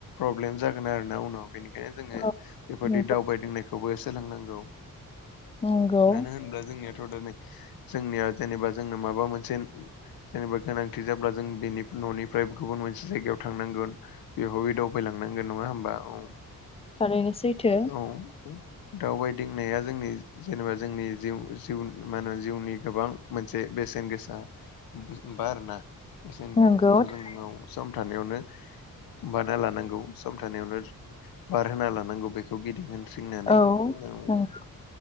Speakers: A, on the left; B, on the left.
A: ब्लेम जागोन आरोना उनाव बेनिखायनो जोङो
B: औ
A: बेफोरदि
B: नंगौ
A: दावबायदिनायखौबो सोलोंनांगौ
B: नंगौ
A: मानो होनोब्ला जोंनियाथ' दिनै जोंनिया जेनेबा जोंनो माबा मोनसे जेनेबा गोनांथि जाब्ला जों बेनि न'निफ्राय गुबुन मोनसे जायगायाव थांनांगोन बेवहाय आवगायलांनांगोन नङा होमबा औ
B: थारैनो सैथो।
A: औ दावबायदिंनाया जोंनि जेनेबा जोंनि जिउ जिउ मा होनो जिउनि गोबां मोनसे बेसेन गोसा बा आरोना बेसेन
B: नंगौ
A: <unintelligible>
B: औ
A: सम थानायावनो बानायना लानां गौ सम थानायावनो बारहोना लानांगौ बेखौ गिदिं होन सिंनानै
B: नंगौ
A: नाव